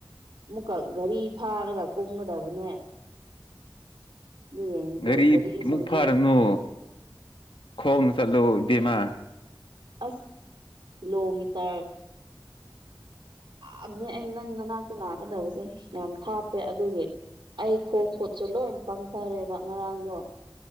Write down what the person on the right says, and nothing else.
ꯑꯃꯨꯛꯀ ꯒꯥꯔꯤ ꯐꯥꯔꯒ ꯀꯨꯝꯒꯗꯕꯅꯦ꯫ <unintelligible>
ꯒꯥꯔꯤꯁꯨ
ꯍꯧꯖꯤꯛ
ꯑꯁ ꯀꯤꯂꯣꯃꯤꯇꯔ ꯑ ꯅꯦ ꯑꯩ ꯅꯪ ꯅꯅꯥꯛꯇ ꯂꯥꯛꯀꯗꯕꯁꯦ ꯌꯥꯝ ꯊꯥꯞꯄꯦ ꯑꯗꯨꯒꯤ꯫ ꯑꯩ ꯈꯣꯡ ꯈꯨꯠꯁꯨ ꯂꯣꯏ ꯄꯪꯊꯔꯦꯕ ꯉꯔꯥꯡꯗꯣ꯫